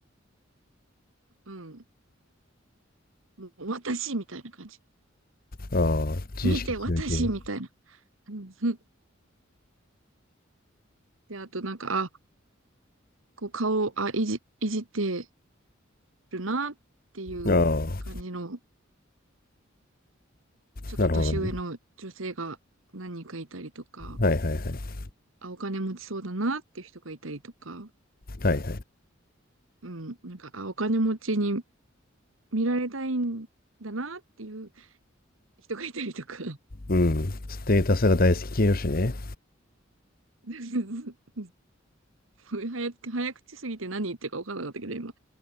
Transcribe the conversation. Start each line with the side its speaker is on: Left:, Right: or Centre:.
Right: う、うん、もう私みたいな感じ。
Left: ああ自意識強い系
Right: 見て、私みたいな。うん <laughs> で、あとなんか、あ、こう顔、あ、いじ、いじってるなっていう感じの、
Left: ああ
Right: ちょっと年上の女性が何人かいたりとか、
Left: なるほどねはいはいはいはい
Right: あ、お金持ちそうだなっていう人がいたりとか、
Left: はいはい
Right: うん、なんか、あ、お金持ちに見られたいんだなっていう人がいたりとか。
Left: うんステータスが大好き系女子ね
Right: <laughs> もう早く、<laughs> 早口すぎて何言ってるか分からなかったけど、今。